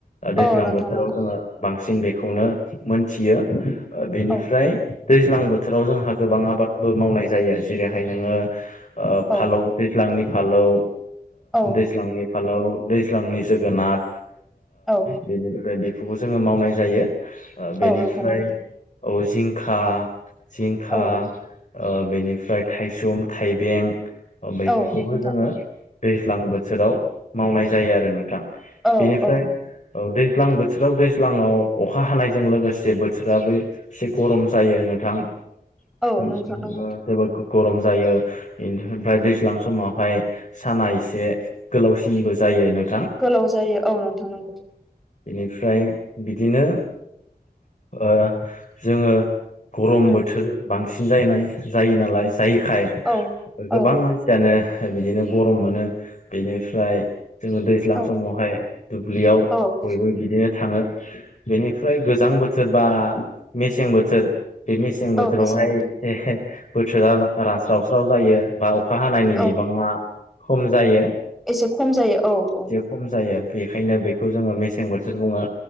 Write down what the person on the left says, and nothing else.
दैज्लां
बोथोराव
जोङो बांसिन बेखौनो मोनथियो बेनिफ्राय
दैज्लां बोथोराव जोंहा गोबां आबादबो मावनाय जायो जेरैहाय नोङो ओ
फालौ दैज्लांनि फालौ
दैज्लांनि फालौ दैज्लांनि जोगोनार
बेनिफ्राय बेफोरखौ जोङो मावनाय जायो। बेनिफ्राय
औ जिंखा जिंखा
ओ बेनिफ्राय थायसुम थाइबें बेफोरखौबो
जोङो
दैज्लां बोथोराव मावनाय जायो आरो नोंथां
बेनिफ्राय
दैज्लां बोथोर बोथोराव दैज्लाङाव अखा हानायजों लोगोसे बोथोराबो एसे गरम जायो नोंथां।
जोबोद
गरम जायो ओमफ्राय दैज्लां समावहाय साना एसे गोलावसिनबो जायो नों
बेनिफ्राय बिदिनो ओ जोङो गरम
बोथोर बांसिन जायनाय जायो नालाय जायैखाय
गोबां
मानसि जानो बिदिनो गरम मोनो बिनिफ्राय जोङो दैज्लां
समावहाय दुब्लियाव
बयबो बिदिनो थाङो बेनिफ्राय गोजां बोथोर बा मेसें बोथोर बे मेसें बोथोरावहाय
बोथोरा रानस्रावस्राव जायो बा अखा हानायनि बिबाङा
खम जायो।
खम जायो बेखायनो बेखौ जोङो मेसें बोथोर बुङो